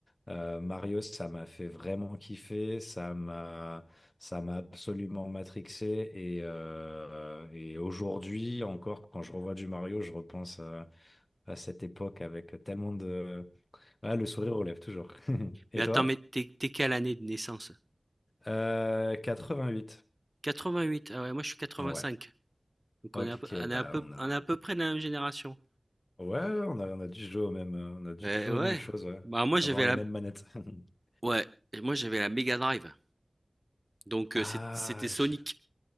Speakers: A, on the left; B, on the right.
A: Euh, Mario, ça m'a fait vraiment kiffer, ça m'a, ça m'a absolument matrixé. Et, euh, et aujourd'hui, encore, quand je revois du Mario, je repense à, à cette époque avec tellement de... Ah, le sourire relève toujours. <laughs> Et
B: Mais attends,
A: toi?
B: mais t'es, t'es quelle année de naissance?
A: Euh, 88.
B: 88. Ah ouais, moi je suis 85.
A: Ouais.
B: Donc
A: Ok,
B: on est à peu, on
A: bah
B: est à peu,
A: on a.
B: on est à peu près de la même génération.
A: Ouais, ouais, on a, on a dû jouer aux mêmes, euh, on a dû
B: Ouais,
A: jouer
B: ouais.
A: aux mêmes choses, ouais.
B: Bah moi
A: Avoir
B: j'avais
A: les
B: la,
A: mêmes manettes. <laughs>
B: ouais, moi j'avais la Mega Drive. Donc
A: Ah,
B: euh, c'est- c'était Sonic.
A: je-